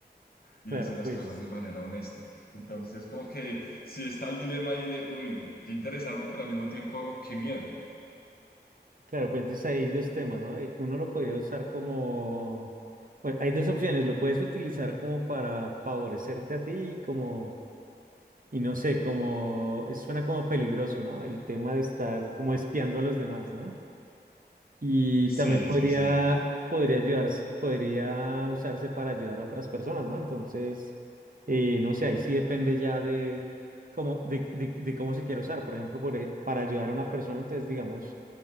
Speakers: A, on the left; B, on the right.
A: y
B: Claro,
A: dice las
B: pues,
A: cosas de manera honesta. Entonces, como que sí está el dilema ahí de, uy, qué interesante, pero al mismo tiempo, qué miedo.
B: claro, pues entonces hay dos temas, ¿no? Eh, Uno lo podría usar como, bueno, hay dos opciones, lo puedes utilizar como para favorecerte a ti y como, y no sé, como, eso suena como peligroso, ¿no? El tema de estar como espiando a los demás, ¿no? Y
A: Sí,
B: también podría,
A: sí, sí.
B: podría ayudar, podría usarse para ayudar a otras personas, ¿no? Entonces, eh, no sé, ahí sí depende ya de cómo, de, de- de cómo se quiera usar. Por ejemplo, por e- para ayudar a una persona, entonces, digamos,